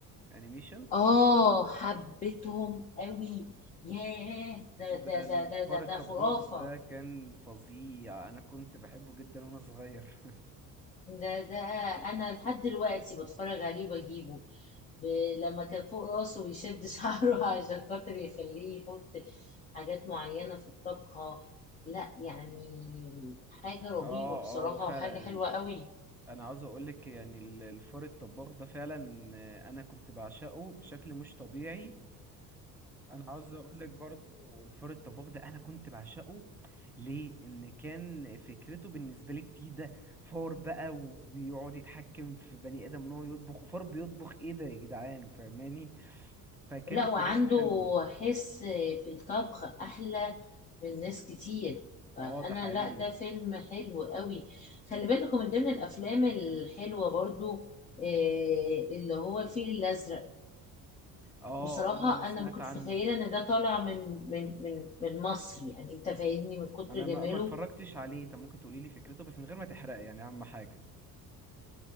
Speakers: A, in the centre; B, on the left (about 15°).
A: انيميشن
B: اه حبيتهم قوي ياه ده
A: ده
B: ده
A: الفار
B: ده ده ده, ده
A: الطباخ
B: خرافة
A: ده كان فظيع انا كنت بحبه جدا وانا صغير
B: ده ده انا لحد دلوقتي بتفرج عليه وبجيبه ب... لما كان فوق راسه ويشد <laughs> شعره عشان خاطر يخليه يحط حاجات معينة في الطبخة لا يعني حاجة رهيبة
A: اه
B: بصراحة
A: اه هو فعلا
B: وحاجة حلوة قوي
A: انا عاوز اقولك يعني ال- الفار الطباخ ده فعلا آه، انا كنت بعشقه بشكل مش طبيعي انا عاوز اقولك برضو الفار الطباخ ده انا كنت بعشقه ليه ان كان فكرته بالنسبه لي جديده فار بقى وبيقعد يتحكم في بني ادم ان هو يطبخ وفار بيطبخ ايه ده يا جدعان فاهماني فكانت
B: لا وعنده
A: فكرته حلوه
B: حس في الطبخ أحلى من ناس كتير فأنا
A: اه ده حقيقي
B: لا ده فيلم حلو قوي خلي بالكم من ضمن الأفلام الحلوة برضو آه، اللي هو الفيل الأزرق
A: اه
B: بصراحة
A: اه انا سمعت
B: أنا ما كنتش
A: عنه
B: متخيلة إن ده طالع من من من من مصر يعني أنت فاهمني من كتر
A: انا
B: جماله
A: ما ما اتفرجتش عليه طب ممكن تقولي لي فكرته بس من غير ما تحرق يعني اهم حاجه